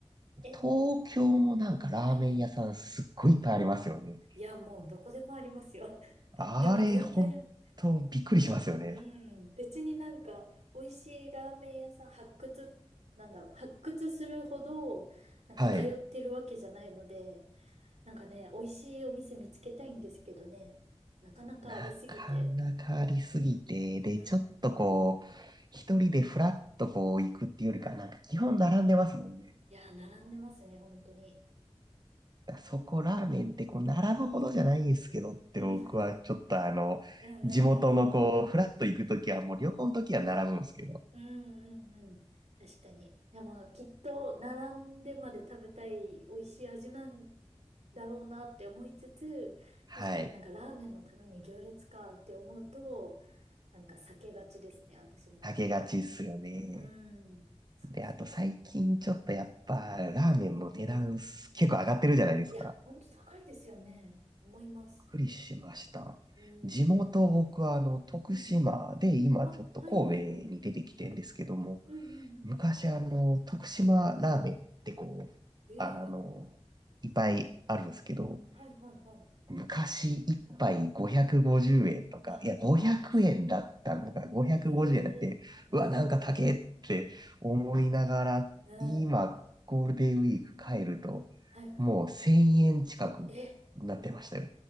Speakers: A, on the right; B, on the right.
A: え、
B: 東京もなんかラーメン屋さんすっごいいっぱいありますよね。
A: はいはい。いや、もうどこでもありますよ。<laughs>
B: あれ、
A: でも全然、
B: 本当びっくりしますよね。
A: うん、別になんか、美味しいラーメン屋さん発掘、なんだろう、発掘するほど、なんか通ってるわけじゃないので、
B: はい。
A: なんかね、美味しいお店見つけたいんですけどね、なかなかありすぎて、
B: なかなかありすぎて、で、
A: うん。
B: ちょっとこう、一人でフラッとこう行くっていうよりか、なんか基本並んでますもんね。
A: いや、並んでますね、本当に。
B: だからそこラーメンってこう、並ぶほどじゃないんですけどって僕はちょっとあの、
A: うん、うん、うん、うん、
B: 地元のこう、
A: うん。うん
B: フラッと行くときはもう旅行のときは並ぶんですけど、
A: うんうんうん。確かに。でも、きっと、並んでまで食べたい美味しい味なんだろうなって思いつつ、
B: はい。
A: 確かになんかラーメンのために行列かって思うと、なんか避けがちですね、私も。
B: あげがちっすよね。
A: うん。そうそうそう。
B: で、あと最近ちょっとやっぱラーメンの値段す結構上がってるじゃないですか。
A: いや、ほんと高いですよね。思います。
B: くりしました。
A: うん。
B: 地元、僕はあの、徳島で、
A: うんうん。
B: 今ちょっと神戸に出てきてんですけども、
A: あ、はいはいはい。うんうんうん。
B: 昔あの、徳島ラーメンってこう、
A: あ、
B: あの、
A: ええ
B: いっぱいあるんですけど、
A: はいはいはい。
B: 昔一杯550円とか、
A: あ、
B: いや、500円だったのが550円だって、
A: 安い。ええうん。
B: うわ、なんか高えって思いながら、
A: うん
B: 今、ゴールデンウィーク帰ると、
A: はいはい。
B: もう1000円近くなってましたよ。
A: え、